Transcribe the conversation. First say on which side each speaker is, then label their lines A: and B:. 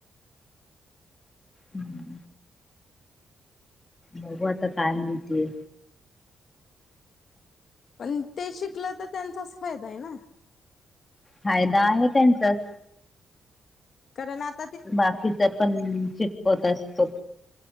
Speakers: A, on the left; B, on the left.
A: हम्म. बघू आता काय म्हणतेय.
B: पण ते शिकलं, तर त्यांचाच फायदाय ना.
A: फायदा आहे त्यांचाच.
B: कारण आत
A: बाकीचं पण, शिकवत असतोत.